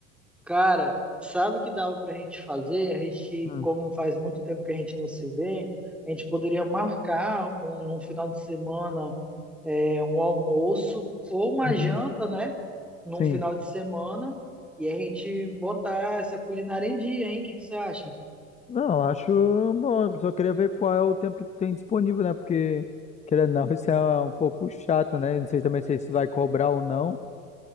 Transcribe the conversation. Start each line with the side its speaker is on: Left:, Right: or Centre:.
Centre: Cara, sabe o que dava pra gente fazer? A gente,
Left: Hum.
Centre: como faz muito tempo que a gente não se vê, a gente poderia marcar um, num final de semana é, um almoço ou uma
Left: Uhum.
Centre: janta, né? Num
Left: Sim.
Centre: final de semana e a gente botar essa culinária em dia, hein? O que que você acha?
Left: Não, acho bom, eu só queria ver qual é o tempo que tu tem disponível, né? Porque, querendo ou não, <laughs> isso é um pouco chato, né? Não sei também se isso vai cobrar ou não.